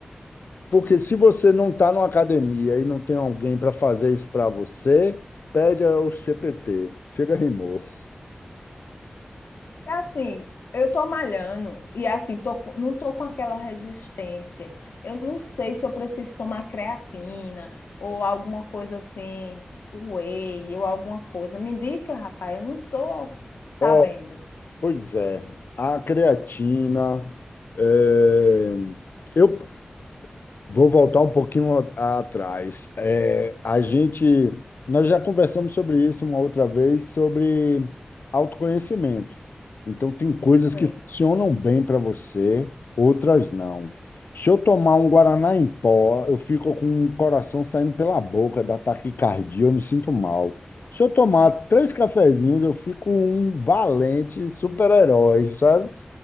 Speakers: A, on the left; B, on the left.
A: porque se você não está numa academia e não tem alguém para fazer isso para você, pede ao GPT. Chega, rimou.
B: É assim, eu tô malhando e é assim, tô, com- não tô com aquela resistência. Eu não sei se eu preciso tomar creatina ou alguma coisa assim, whey ou alguma coisa. Me indica, rapaz, eu não tô sabendo.
A: Ó, pois é, a creatina. é, eu Vou voltar um pouquinho a- atrás. É, a gente, nós já conversamos sobre isso uma outra vez, sobre autoconhecimento. Então, tem coisas
B: Oi.
A: que funcionam bem para você, outras não. Se eu tomar um Guaraná em pó, eu fico com o coração saindo pela boca, da taquicardia, eu me sinto mal. Se eu tomar três cafezinhos, eu fico um valente super-herói, sabe?